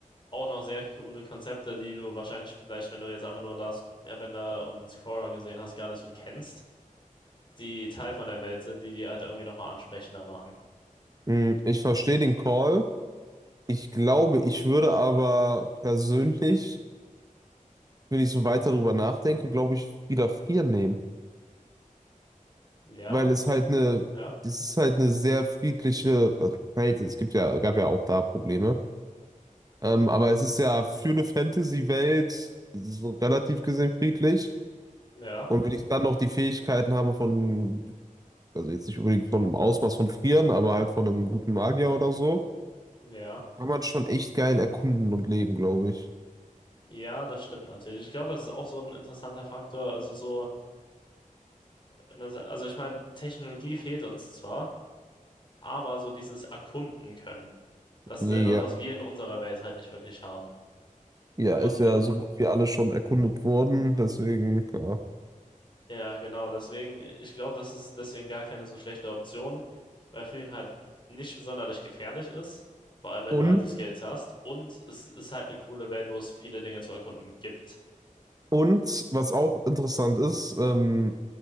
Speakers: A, on the left; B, on the right.
A: auch noch sehr coole Konzepte, die du wahrscheinlich vielleicht, wenn du jetzt einfach nur Last Airbender und Korra gesehen hast, gar nicht so kennst, die Teil von der Welt sind, die die halt irgendwie nochmal ansprechender machen.
B: Hm, Ich verstehe den Call. Ich glaube, ich würde aber persönlich, wenn ich so weiter drüber nachdenke, glaube ich, wieder frieren nehmen.
A: Ja,
B: weil es
A: ja,
B: halt eine,
A: ja,
B: es ist halt eine sehr friedliche, also Verhältnis, es gibt ja, gab ja auch da Probleme, ähm, aber es ist ja für eine Fantasy-Welt so relativ gesehen friedlich.
A: ja,
B: Und wenn ich dann noch die Fähigkeiten habe von, also jetzt nicht unbedingt von einem Ausmaß von Frieren, aber halt von einem guten Magier oder so,
A: ja.
B: kann man schon echt geil erkunden und leben, glaube ich.
A: Ja, das stimmt natürlich. Ich glaube, das ist auch so ein interessanter Faktor. Also so, also ich meine, Technologie fehlt uns zwar, aber so dieses Erkunden können, das
B: Nee,
A: ist etwas,
B: ja.
A: was wir in unserer Welt halt nicht wirklich haben.
B: Ja,
A: Und
B: ist ja so gut wie alles schon erkundet worden, deswegen, ja.
A: Ja, genau. Deswegen, ich glaube, das ist deswegen gar keine so schlechte Option, weil Frieren halt nicht sonderlich gefährlich ist. Vor allem, wenn
B: Und
A: du halt die Skills hast. Und es ist halt eine coole Welt, wo es viele Dinge zu erkunden gibt.
B: Und was auch interessant ist, ähm,